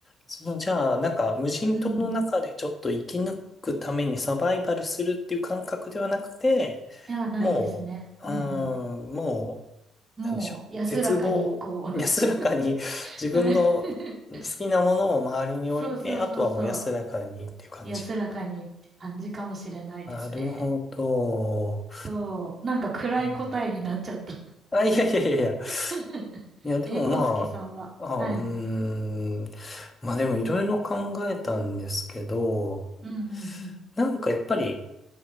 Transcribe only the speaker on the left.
その、じゃあ、なんか、無人島の中でちょっと生き抜くためにサバイバルするっていう感覚ではなくて、
もう、
うーん、も
う、なんでしょう。絶望、安らかに自分の好きなものを周りに置いて、
あとはもう安らかにっていう感じ。
なるほど。
うんあ、いやいやいやいや。
いや、でもまあ、
あ、うーん。まあでもいろいろ考えたんですけど、
なんかやっぱり、